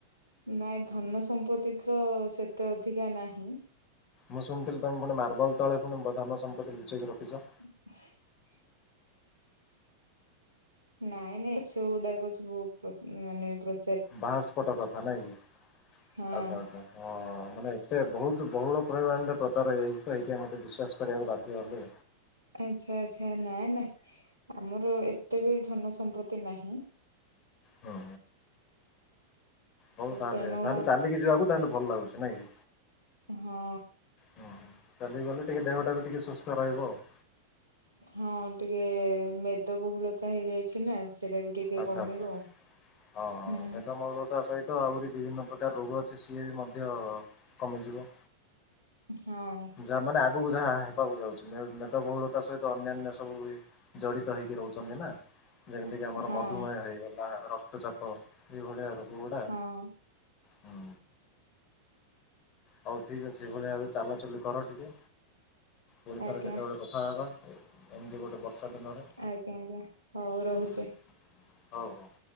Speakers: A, on the right (about 75°); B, on the left (about 35°).
A: ନାଇଁ ଧନ ସମ୍ପତ୍ତି ତ ସେତେ ଅଧିକା ନାହିଁ।
B: ମୁଁ ଶୁଣିଥିଲି ତମେ ପୁଣି ମାର୍ବଲ ତଳେ ପୁଣି ଧନ ସମ୍ପତ୍ତି ଲୁଚେଇି ରଖିଛ।
A: ହୂ। ନାଇଁ, ନାଇଁ ଛ ଗୁଡାକ ସବୁ ପ୍ର ମାନେ ପ୍ର
B: ବାସ୍ପଟ କଥା ନାଇଁ କି?
A: ହଁ।
B: ଆଛା ଆଚ୍ଛା ହଁ। ହଁ ମାନେ ଏତେ ବହୁତ ବହୁଳ ପରିମାଣରେ ପ୍ରଚାର ହେଇଯାଇଛି ତ ଏଇଥିପାଇଁ ମୋତେ ବିଶ୍ୱାସ କରିବାକୁ ବାଧ୍ୟ ହେଲି।
A: ଆଛା, ଆଚ୍ଛା ନା ନା ଆମର ଏତେ ବି ଧନ ସମ୍ପତ୍ତି ନାହିଁ।
B: ହୁଁ। ହଉ ତାହାଲେ
A: ତେଣୁ
B: ତାହେଲେ ଚାଲିକି ଯିବାକୁ ତାହେଲେ ଭଲ ଲାଗୁଛି ନାଇଁ କି?
A: ହଁ।
B: ହଁ, ଚାଲିଗଲେ ଟିକେ ଦେହଟା ବି ଟିକେ ସୁସ୍ଥ ରହିବ ଆଉ।
A: ହଁ, ଟିକେ ମେଦବହୁଳତା ହେଇଯାଇଛି ନା ସେଟା ବି ଟିକେ
B: ଆଛା,
A: କମିବ।
B: ଆଚ୍ଛା ହଁ
A: ହୁଁ
B: ମେଦମହୁଳତା ସହିତ ତ ଆହୁରି ବିଭିନ୍ନ ପ୍ରକାର ରୋଗ ଅଛି ସିଏ ବି ମଧ୍ୟ କମିଯିବ
A: ହଁ।
B: ଯାହା ମାନେ ଆଗକୁ ଯାହା ହେବାକୁ ଯାଉଛି ମେଦବହୁଳତା ସହିତ ଅନ୍ୟାନ୍ୟ ସବୁ ଜଡିତ ହେଇକି ରହୁଛନ୍ତି ନା ଯେମିତିକିି ଆମର
A: ହଁ
B: ମଧୁମେହ ହେଇଗଲା ରକ୍ତ ଚାପ ଏଭଳିଆ ରୋଗ ଗୁଡା
A: ହଁ
B: ହୁଁ, ହଉ ଠିକ ଅଛି। ଏଇ ଭଳି ଭାବରେ ଚାଲଚୁଲି କର ଟିକେ। ପୁଣି
A: ଆଜ୍ଞା
B: ଥରେ କେତେବେଳେ କଥା ହେବା ଏମିତି ଗୋଟେ ବ ଷା ଦିନରେ
A: ଆଜ୍ଞା ଆଜ୍ଞା ହଉ ରହୁଛି।
B: ହଉ ହଉ